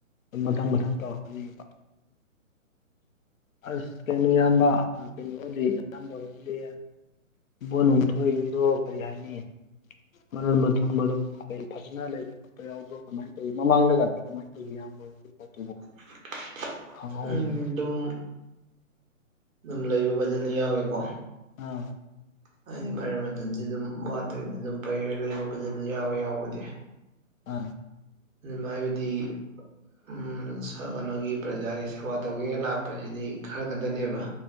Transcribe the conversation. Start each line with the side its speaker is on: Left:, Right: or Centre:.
Left: ꯃꯊꯪ ꯃꯊꯪ ꯇꯧꯔꯛꯀꯅꯦꯕ ꯑꯁ ꯀꯩꯅꯣ ꯏꯌꯥꯝꯕ ꯀꯩꯅꯣꯗꯤ ꯑꯌꯥꯝꯕꯔꯣꯝꯗꯤ ꯚꯣꯠ ꯅꯨꯡ ꯊꯣꯛꯏꯒꯩꯗꯣ ꯀꯔꯤ ꯍꯥꯏꯅꯤ ꯃꯔꯟ ꯃꯊꯨꯝ ꯃꯌꯨꯝ ꯃꯀꯩ ꯐꯖꯅ ꯂꯩꯕ ꯌꯥꯎꯕ꯭ꯔꯣ ꯀꯃꯥꯏ ꯇꯧꯋꯤ ꯃꯃꯥꯡꯗꯒꯗꯤ ꯀꯃꯥꯏꯟ ꯇꯧꯏ <unintelligible>
Right: <unintelligible>
Left: ꯈꯪꯍꯧꯗ꯭ꯔꯦ
Right: ꯑꯗꯨꯝ ꯑꯗꯨꯝ ꯂꯩꯕ ꯐꯖꯅ ꯌꯥꯎꯋꯦꯀꯣ
Left: ꯑꯪ
Right: ꯍꯥꯏꯗꯤ ꯃꯔꯟ ꯃꯊꯨꯝꯁꯤꯗꯨꯝ ꯋꯥꯠꯇꯕꯗ ꯑꯗꯨꯝ ꯄꯩꯔ ꯂꯩꯕ ꯐꯖꯅ ꯌꯥꯎꯋꯦ ꯌꯥꯎꯕꯗꯤ
Left: ꯑꯥ
Right: ꯑꯗꯨꯝ ꯍꯥꯏꯕꯗꯤ ꯎꯝ <unintelligible> ꯀꯅꯣꯒꯤ ꯄ꯭ꯔꯖꯥꯒꯤ ꯁꯦ ꯕꯥ ꯇꯧꯒꯦꯅ ꯂꯥꯛꯄꯁꯤꯗꯤ ꯈꯔ ꯈꯠꯇꯅꯦꯕ